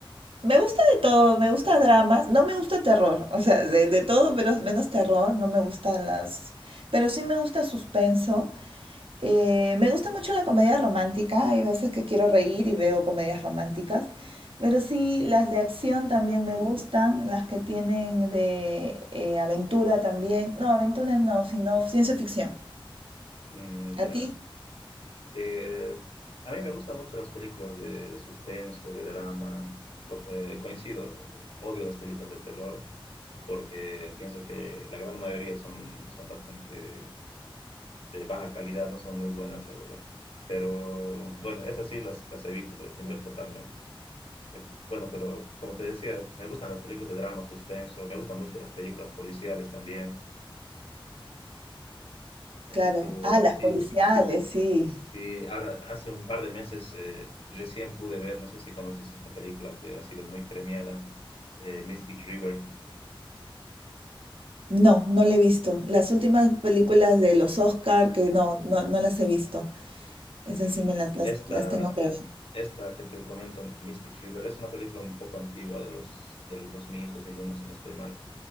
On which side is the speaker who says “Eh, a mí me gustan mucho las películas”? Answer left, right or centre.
Left